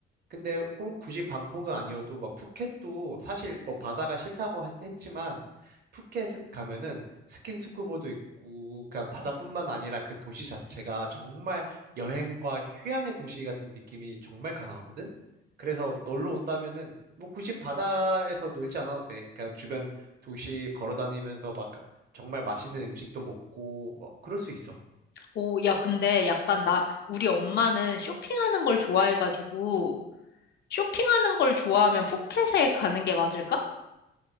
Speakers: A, on the right (about 50°); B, on the left (about 55°).
A: 근데 꼭 굳이 방콕은 아니어도 막 푸켓도 사실 뭐 바다가 싫다고 하- 했지만 푸켓 가면은 스킨스쿠버도 있고 그냥 바다뿐만 아니라 그 도시 자체가 정말 여행과 휴양의 도시 같은 느낌이 정말 강하거든? 그래서 놀러 온다면은 뭐 굳이 바다에서 놀지 않아도 돼. 그냥 주변 도시 걸어 다니면서 막 정말 맛있는 음식도 먹고 뭐 그럴 수 있어.
B: 오, 야, 근데 약간 나, 우리 엄마는 쇼핑하는 걸 좋아해가지고, 쇼핑하는 걸 좋아하면 푸켓에 가는 게 맞을까?